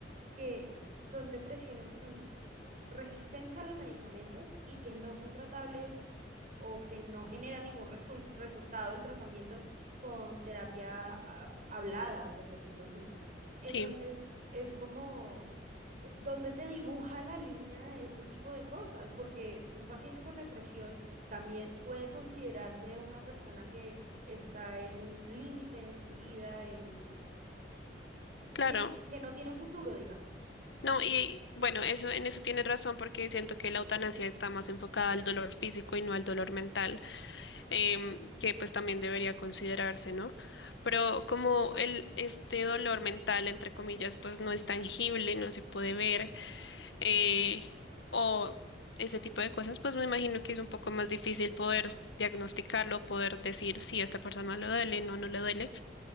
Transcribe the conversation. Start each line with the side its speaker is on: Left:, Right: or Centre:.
Right: que son depresiones que son resistentes a los medicamentos y que no son tratables o que no genera ningún restu- resultado el tratamiento con terapia ah, hablada, por decirlo así. Entonces,
Left: sí,
Right: es como donde se dibuja la línea de este tipo de cosas, porque un paciente con depresión también puede considerarse una persona que está en un límite en su vida, en un,
Left: claro.
Right: que, n- que no tienen futuro, digamos.
Left: No, y bueno, eso, en eso tienes razón porque siento que la eutanasia está más enfocada al dolor físico y no al dolor mental, em, que pues también debería considerarse, ¿no? Pero como el, este dolor mental, entre comillas, pues no es tangible, no se puede ver, eh, o ese tipo de cosas, pues me imagino que es un poco más difícil poder diagnosticarlo, poder decir si a esta persona le duele, no, no le duele.